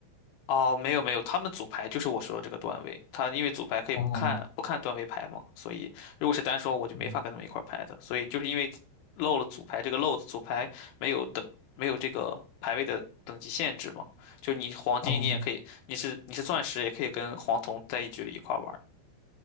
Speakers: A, on the left; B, on the left.
A: 哦，没有没有，他们组牌就是我说的这个段位，他因为组牌可以不看不看段位牌嘛，
B: 哦，
A: 所以如果是单说我就没法跟他们一块儿拍的，
B: 嗯
A: 所以就是因为漏了组牌这个漏子，组牌没有等没有这个排位的等级限制嘛，就你黄金你也可以，
B: 哦。
A: 你是你是钻石也可以跟黄铜在一局里一块儿玩儿